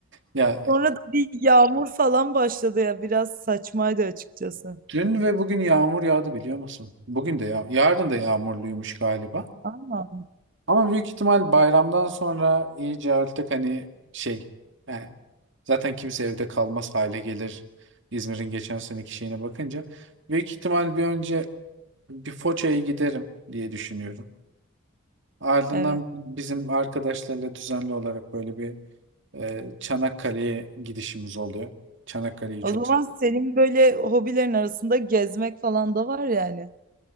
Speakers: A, on the right (about 55°); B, on the right (about 40°).
A: Ya
B: Sonra da bir yağmur falan başladı ya. Biraz saçmaydı açıkçası.
A: dün ve bugün yağmur yağdı biliyor musun? Bugün de yağ, yarın da yağmurluymuş galiba.
B: Ama
A: Ama büyük ihtimal bayramdan sonra iyice artık hani şey yani zaten kimse evde kalmaz hale gelir. İzmir'in geçen seneki şeyine bakınca büyük ihtimal bir önce bir Foça'ya giderim diye düşünüyorum. Ardından
B: evet.
A: bizim arkadaşlarla düzenli olarak böyle bir e, Çanakkale'ye gidişimiz oluyor. Çanakkale'yi
B: O
A: çok
B: zaman senin böyle hobilerin arasında gezmek falan da var yani.